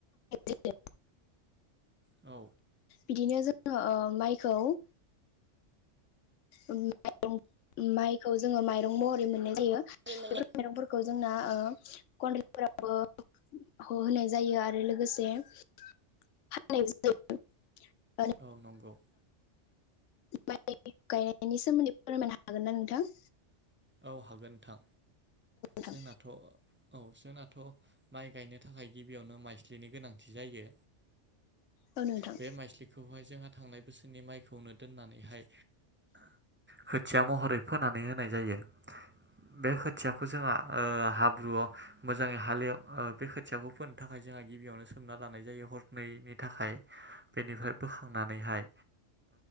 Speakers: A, on the left (about 85°); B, on the right (about 15°).
A: जायो
B: औ
A: बिदिनो जोंङो माइखौ उम <unintelligible> माइखौ जोंङो माइ महरै मोननाय जायो बेफोर
B: मोननाय
A: माइरंफोरखौ जोंना ओ <unintelligible> फोरावबो होनाय जायो आरो लोगोसे फाननाय जायो
B: औ नंगौ
A: <unintelligible> गायनायनि सोमोन्दै फोरमायनो हागोन ना नोंथां
B: औ हागोन नोंथां
A: नोंथां
B: जोंनाथ' औ जोंना माइ गायनो थाखाय गिबियावनो माइस्लिनि गोनांथि जायो
A: औ नोंथां
B: बे माइस्लिखौ बेवहाय जोंहा थांनाय बोसोरनि माइखौनो दोननानैहाय खोथिया महरै फोनानै होनाय जायो। बे खोथियाखौ जोंहा हाब्रुआव मोजाङै हालेव बे खोथियाखौ फोनो थाखाय जोंहा गिबियावनो सोमना लानाय जायो हरनैनि थाखाय। बेनिफ्राय बोखांनानैहाय